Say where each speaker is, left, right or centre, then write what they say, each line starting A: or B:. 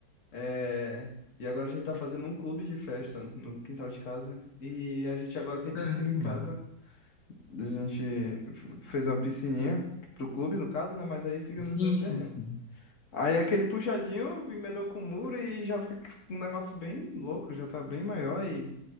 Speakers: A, on the left; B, on the left.
A: É, e agora a gente tá fazendo um clube de festa no quintal de casa. E a gente agora tem
B: Caramba.
A: piscina em casa. A gente f- fez uma piscininha pro clube, no caso, né? Mas aí fica
B: Sim,
A: nos dois terrenos.
B: sim, sim.
A: Aí aquele puxadinho emendou com o muro e já tá um negócio bem louco, já tá bem maior e.